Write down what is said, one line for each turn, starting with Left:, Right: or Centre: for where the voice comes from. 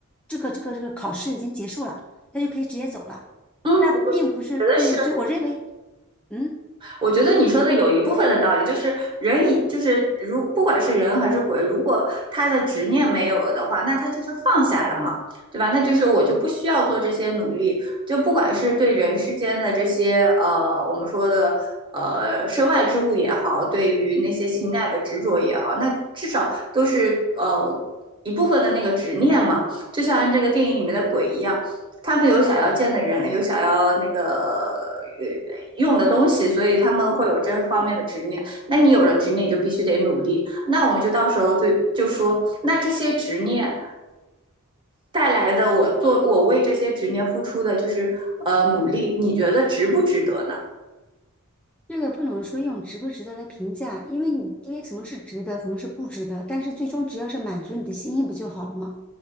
Centre: 这个这个这个考试已经结束了，他就可以直接走了。
Right: 嗯，
Centre: 那并不是对，
Right: 我觉得是
Centre: 所以我认为，嗯，
Right: 我觉得你说的有一部分的道理，就是人以就是如不管是人还是鬼，如果他的执念没有了的话，那他就是放下了嘛，对吧？那就是我就不需要做这些努力，就不管是对人世间的这些呃我们说的呃身外之物也好，对于那些情感的执着也好，那至少都是呃一部分的那个执念嘛，就像这个电影里面的鬼一样，他们有想要见的人，有想要那个呃用的东西，所以他们会有这方面的执念。那你有了执念，你就必须得努力。那我们就到时候就就说，那这些执念带来的，我做我为这些执念付出的就是呃努力，你觉得值不值得呢？
Centre: 这个不能说用值不值得来评价，因为你因为什么是值得，什么是不值得，但是最终只要是满足你的心意不就好了吗？